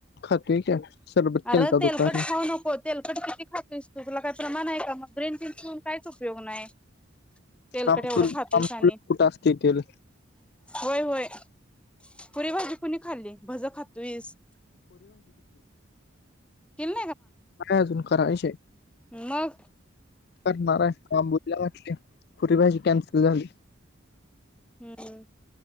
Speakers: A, on the left; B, in the centre.
A: <unintelligible>
B: अरे
A: केलता
B: तेलकट
A: दुपारी
B: खाऊ नकोस तेलकट किती खातोस तू काय प्रमाण आहे का ग्रीन टी पिऊन काही उपयोग नाही तेलकट
A: आमसूल
B: एवढं खातोस
A: आमसूल
B: आणि
A: कुठं असते तेल
B: होय होय पुरी भाजी कुणी खाल्ली भज खातोय स किम
A: काय अजून करायचे
B: मग
A: करणारे काम बुडल्यावर पुरी भाजी कॅन्सल झाली
B: हु, हु